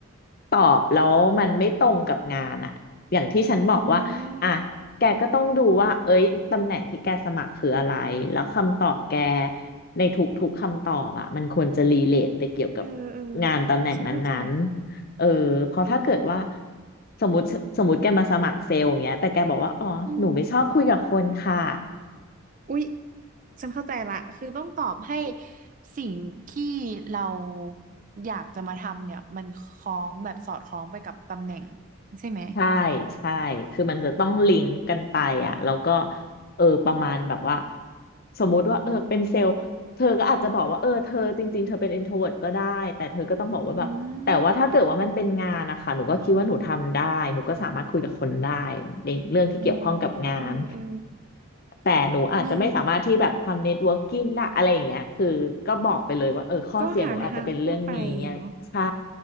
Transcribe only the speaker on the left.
ตอบแล้วมันไม่ตรงกับงานอะอย่างที่ฉันบอกว่าอ่ะแกก็ต้องดูว่าเอ้ยตำแหน่งที่แกสมัครคืออะไรแล้วคำตอบแก
ในทุกๆคำตอบอะมันควรจะรีเลทไปเกี่ยวกับ
งานตำแหน่งนั้นๆเออเพราะถ้าเกิดว่า
สมมติสมมติแกมาสมัครเซลล์อย่างเงี้ยแต่แกบอกว่าอ๋อหนูไม่ชอบคุยกับคนค่ะ
ใช่ใช่คือมันจะต้องลิงก์กันไปอ่ะแล้วก็เออประมาณแบบว่าสมมุติว่าเออเป็นเซลล์เธอก็อาจจะบอกว่าเออเธอจริงๆเธอเป็น introvert ก็ได้แต่เธอก็ต้องบอกว่าแบบแต่ว่าถ้าเกิดว่ามันเป็นงานนะคะหนูก็คิดว่าหนูทำได้หนูก็สามารถคุยกับคนได้
ในเรื่องที่เกี่ยวข้องกับงาน
แต่หนูอาจจะไม่สามารถที่แบบทำเน็ตเวิร์กิ่งได้อะไรอย่างเงี้ยคือก็บอกไปเลยว่าเออข้อเสียหนูอาจจะเป็นเรื่องนี้อะไรใช่